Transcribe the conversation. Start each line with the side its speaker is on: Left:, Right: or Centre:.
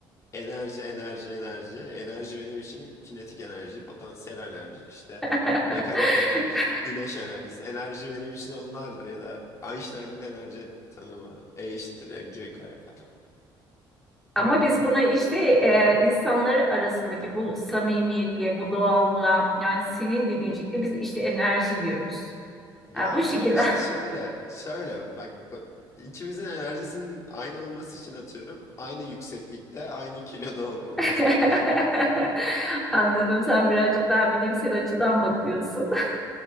Left: enerji enerji enerji enerji benim için kinetik enerji, potansiyel enerji işte
Centre: <laughs>
Left: mekanik enerji, güneş enerjisi enerji benim için onlardır ya da Einstein'ın enerji tanımı E eşittir mc kare falan.
Centre: Ama biz bunu işte e, insanları arasındaki bu samimiyetliğe, bu doğallığa yani senin dediğin şekilde biz işte enerji diyoruz.
Left: Ya
Centre: Ha, bu
Left: ama
Centre: şekilde.
Left: işte şöyle şöyle bak bak, ikimizin enerjisinin aynı olması için atıyorum aynı yükseklikte aynı kiloda olmamız
Centre: <laughs>
Left: gerekiyor.
Centre: Anladım sen birazcık daha bilimsel açıdan bakıyorsun. <laughs>